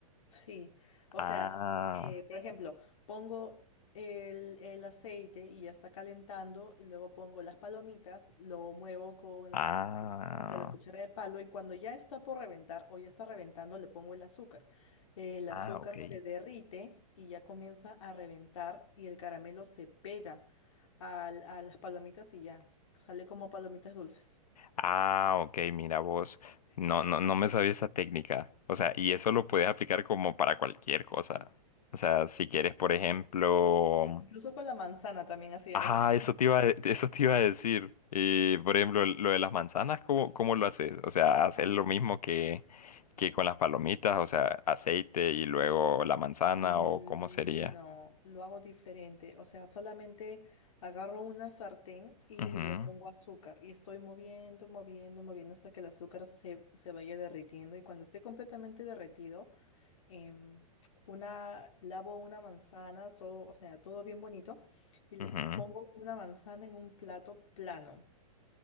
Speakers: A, on the left (about 55°); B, on the left (about 85°).
A: Sí, o
B: Ah,
A: sea, eh, por ejemplo, pongo el, el aceite y ya está calentando y luego pongo las palomitas, lo muevo con la,
B: ah,
A: con la cuchara de palo y cuando ya está por reventar o ya está reventando le pongo el azúcar. El
B: ah,
A: azúcar
B: ok.
A: se derrite y ya comienza a reventar y el caramelo se pega al- a las palomitas y ya sale como palomitas dulces.
B: Ah, ok, mira vos. No, no, no me sabía esa técnica. O sea, y eso lo puedes aplicar como para cualquier cosa. O sea, si quieres, por ejemplo.
A: Incluso con la manzana también hacía
B: Ah,
A: eso. <laughs>
B: eso te iba a, eso te iba a decir. Y, por ejemplo, lo de las manzanas, ¿cómo, cómo lo haces? O sea, hacer
A: Ah, ya.
B: lo mismo que, que con las palomitas, o sea, aceite y luego la manzana,
A: Mm,
B: o cómo sería.
A: No, lo hago diferente. O sea, solamente agarro una sartén y
B: Ujú,
A: le pongo azúcar y estoy moviendo, moviendo, moviendo hasta que el azúcar se, se vaya derritiendo. Y cuando esté completamente derretido, em, una, lavo una manzana, todo, o sea, todo bien bonito, y le
B: ujú.
A: pongo una manzana en un plato plano.